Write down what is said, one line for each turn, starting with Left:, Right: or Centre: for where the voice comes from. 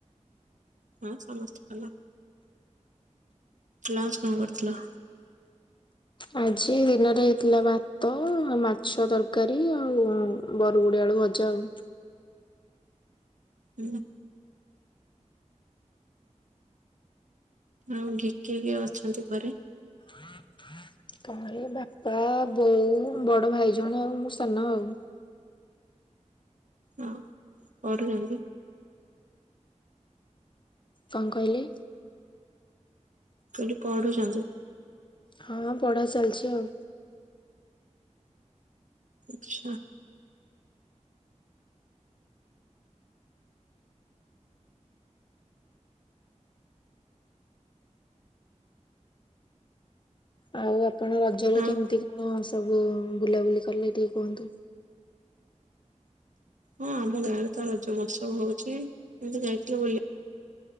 Right: ହଁ ସମସ୍ତେ ଭଲ। ଲଞ୍ଚ କଣ କରିଥିଲ?
Left: ଆଜି ଦିନରେ ହେଇଥିଲା ଭାତ ମାଛ ତରକାରୀ ଆଉ ବରୁଗୁଡି ଆଳୁ ଭଜା ଆଉ।
Right: ହୁଁ। ଆଉ କି କିଏ କିଏ ଅଛନ୍ତି ଘରେ?
Left: ହଁ ହଁ <inaudible> କଳେ ବାପା ବୋଉ ବଡ ଭାଇ ଜଣେ ଆଉ ମୁଁ ସାନ ଆଉ
Right: ହଁ ପଢୁଚନ୍ତି?
Left: କଣ କହିଲେ?
Right: କହିଲି ପଢୁଚନ୍ତି?
Left: ହଁ ପଢା ଚାଲିଚି ଆଉ।
Right: ଆଚ୍ଛା।
Left: ଆଉ ଆପଣ ରଜରେ
Right: ଆଉ
Left: କେମିତି କଣ ସବୁ ବୁଲାବୁଲି କଲେ ଟିକେ କୁହନ୍ତୁ?
Right: ହଁ ଆମ ଗାଁ ରେ ତ ରଜ ମହୋତ୍ସବ ହଉଚି ଏମତି ଯାଇଥିଲୁ ବୁଲି